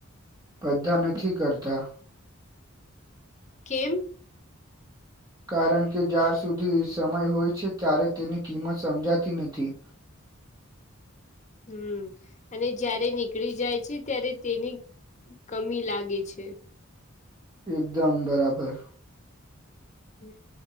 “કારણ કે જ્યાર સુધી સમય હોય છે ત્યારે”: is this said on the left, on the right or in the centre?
Right